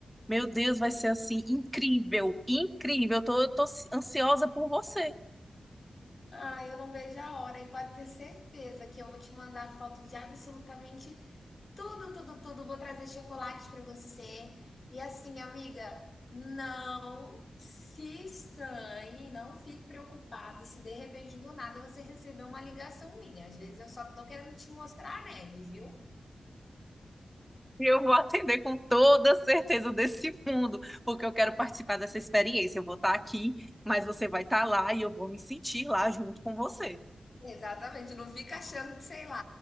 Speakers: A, in the centre; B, on the left.
A: meu Deus, vai ser assim, incrível, incrível. Eu tô, eu tô ansiosa por você.
B: Ah, eu não vejo a hora e pode ter certeza que eu vou te mandar foto de absolutamente Tudo, tudo, tudo. Vou trazer chocolates para você. E assim, amiga, não se estranhe, não fique preocupado se de repente do nada você receber uma ligação minha. Às vezes eu só tô querendo te mostrar a neve, viu?
A: E eu vou atender com toda certeza desse mundo, porque eu quero participar dessa experiência. Eu vou estar aqui, mas você vai estar lá e eu vou me sentir lá junto com você.
B: Exatamente, não fica achando que, sei lá,